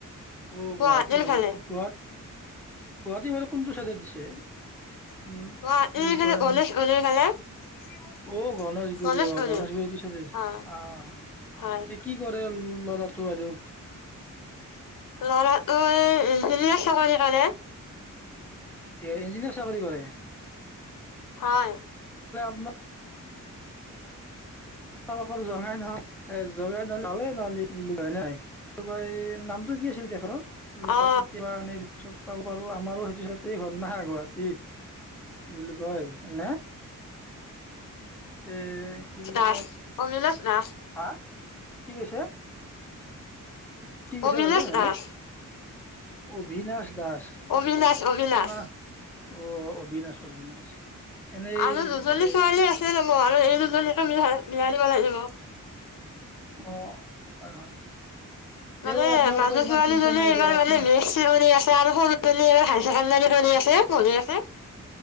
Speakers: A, in the centre; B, on the left.
A: অ
B: গুৱাহাটী
A: ভাল
B: ফালে।
A: গুৱাহাটী গুৱাহাটী ফালে কোনটো চাইদে দিছে?
B: <unintelligible>
A: উম, কি বুলি কয় অ গণেশগুৰি
B: গণেশ
A: অ
B: গণেশ
A: গণেশগুৰিটো চইদে।
B: অ
A: আহ
B: হয়
A: এ কি কৰে ল ল'ৰাটো আৰু,
B: ল'ৰাটো এ ইঞ্জিয়াৰ চাকৰি কৰে।
A: এ ইঞ্জিনিয়াৰ চাকৰী কৰে।
B: হয়।
A: ম তালোকৰ জঙাই নহয় এ জঙাই ন হলেই নহলে বুলি কয় নাই কয়। নামটো কি আছ? ছিল তেখেতৰ লোকৰ
B: অ
A: কেতিয়া এনে ৰোক চোক। পাব পাৰো আমাৰো সেইটোছতেই ঘৰ নখা গুৱাহাটীৰ কি বুলি কয় নানে এ কি বুলিলো
B: <unintelligible> নাছ
A: হা কি কৈছে? কি কৈছে
B: অবিনাশ
A: বাইদেউ? হেল্ল'
B: দাস
A: অভিনাশ দাস
B: অবিনাশ অবিনাশ
A: আপোনাৰ অ অবিনাশ অবিনাশ এনেই
B: আন দুজলি
A: এ
B: ছোৱালী আছে ন ম দুজৰ্কয়য়য়য়য় লি মিলাই মিলাই দিব লাগিব
A: অ হয় হয় তেওঁ
B: মানে
A: আপোনালোকৰ
B: মানুহ
A: ইমান
B: মালীজন
A: চিন্তা নাই
B: এবাৰ
A: দিয়ক আপোনাৰ
B: মানে মেণী আছে আৰু সৰু পী এবাৰ হাই চেডাৰ ধনি আছে ধৰি আছে ‌‌।